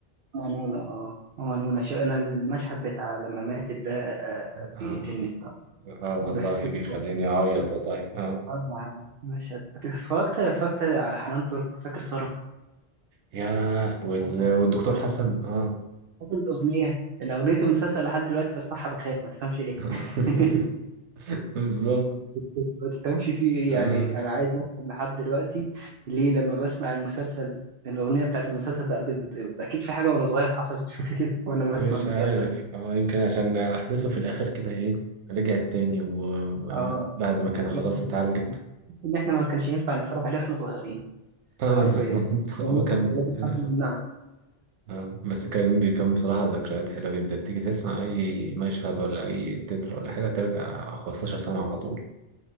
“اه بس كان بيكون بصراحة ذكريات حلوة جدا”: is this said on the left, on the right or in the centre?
Right